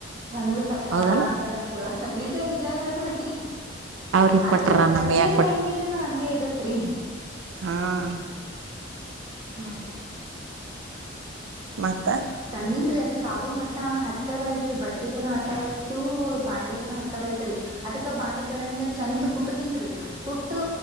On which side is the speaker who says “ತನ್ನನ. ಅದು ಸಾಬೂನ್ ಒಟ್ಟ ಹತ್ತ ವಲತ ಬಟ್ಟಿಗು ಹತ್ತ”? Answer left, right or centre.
Right